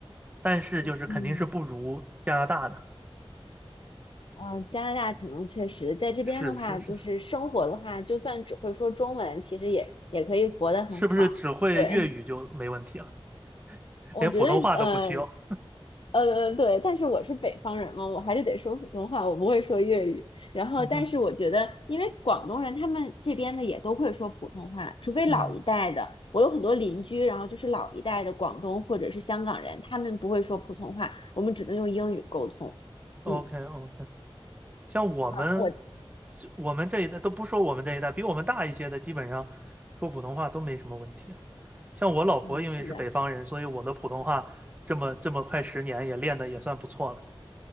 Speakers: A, on the right; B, on the left.
A: 但是就是肯定是不如加拿大的。
B: 嗯。呃，加拿大可能确实在这边的话，
A: 是是是，
B: 就是生活的话，就算只会说中文，其实也也可以活得很好。
A: 是不是只会粤语就没问题了？
B: 对，我觉得，
A: 连普通话都不需要？
B: 呃呃，对，但是我是北方人嘛，我还是得说普通话，我不会说粤语。然后，
A: 嗯哼，
B: 但是我觉得，因为广东人他们这边的也都会说普通话，除非老一代的，
A: 嗯
B: 我有很多邻居，然后就是老一代的广东或者是香港人，他们不会说普通话，我们只能用英语沟通。
A: ，OK
B: 嗯，
A: OK。像我们
B: 啊，我，
A: 我们这一代都不说我们这一代，比我们大一些的，基本上说普通话都没什么问题啊。像我老婆因为是北方人，
B: 嗯，是的。
A: 所以我的普通话这么这么快十年也练的也算不错了。